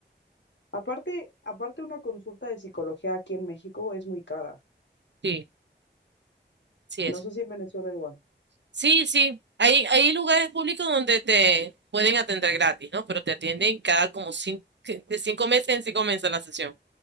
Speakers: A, on the left; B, on the right.
A: Aparte, aparte una consulta de psicología aquí en México es muy cara.
B: Sí, sí es.
A: No sé si en Venezuela igual.
B: Sí, sí. Hay, hay lugares públicos donde te pueden atender gratis, ¿no? Pero te atienden cada como cinco, de cinco meses en cinco meses la sesión.